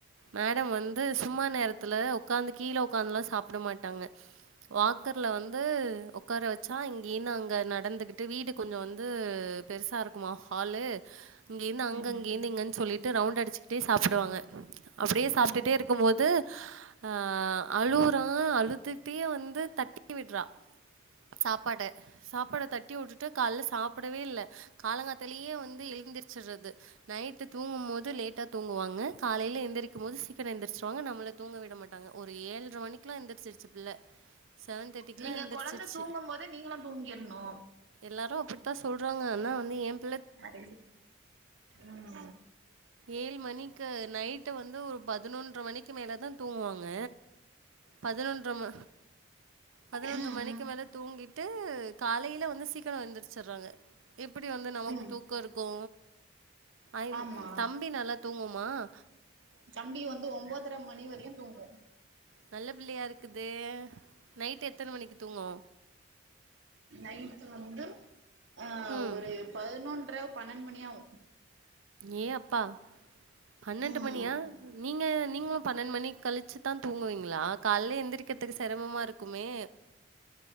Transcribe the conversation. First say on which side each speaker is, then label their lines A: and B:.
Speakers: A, on the right; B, on the right.
A: மேடம் வந்து சும்மா நேரத்துல ஒக்காந்து கீழே ஒக்காந்துலா சாப்பட மாட்டாங்க வாக்கர்ல வந்து ஒக் ஒக்கார வச்சா இங்கயிருந் அங்க நடந்துகிட்டு வீடு கொஞ்சே வந்து பெருசா இருக்குமா ஹாலு இங்க இருந்து அங்க
B: ம்
A: இங்க இருந்து இங்கன்னு சொல்லிட்டு ரவுண்ட் அடிச்சுக்கிட்டே சாப்டுவாங்க அப்டியே சாப்பிட்டுட்டே
B: ம்
A: இருக்கும் போது அ அழுவுறா அழுத்துகிட்டே வந்து தட்டி விட்றா சாப்பாட சாப்பாட தட்டி வுட்டுட்டு கால்ல சாப்பிடவே இல்ல காலங்காத்தலயே வந்து எழுந்திரிச்சுட்றது நைட்டு தூங்கும் போது லேட்டா தூங்குவாங்க காலையில எழுந்திரக்கு போது சீக்கரம் எழுந்திரிச்சிருவாங்க நம்மள தூங்க விட மாட்டாங்க ஒரு ஏல்ரை மணிக்கலா எழுந்திரச்சிருச்சு பிள்ள செவன் தேர்டிக்கலா
B: நீங்க
A: எந்திரச்சி
B: கொழந்த தூங்கும் போது நீங்களு தூங்கிர்ணு
A: எல்லாரு அப்டித்தா சொல்றாங்க அனா வந்து ஏம்
B: சரி ம்
A: ஏழு மணிக்கு நைட்டு வந்து ஒரு பதினொன்ற மணிக்கு மேலதா தூங்குவாங்க பதினொன்ற ம பதினொன்ற
B: ம்
A: மணிக்
B: ம்
A: க்கு மேல தூங்கிட்டு காலயில வந்து சீக்கரம் எந்துருச்சிட்றாங்க எப்டி வந்து நமக்கு
B: ம்
A: தூக்க இருக்கு ஐம்
B: ஆமா
A: தம்பி நல்லா தூங்குமா ஆ
B: தம்பி வந்து ஒம்போதர மணி வரையூ தூங்கு
A: நல்ல பிள்ளயா இருக்குதே நைட்டு எத்தனை மணிக்கு தூங்கு
B: நைட் வந்து ஆஹ்
A: ம்
B: ஒரு பதினொன்ற பன்னெண்ட் மணி ஆகு
A: ஏ அப்பா பன்னெண்டு
B: ம்
A: மணியா நீங்க நீங்களு பன்னெண்டு மணி கழிச்சுதா தூங்குவீங்களா கால்ல எந்திரிக்கிறதுக்கு செரமமா இருக்குமே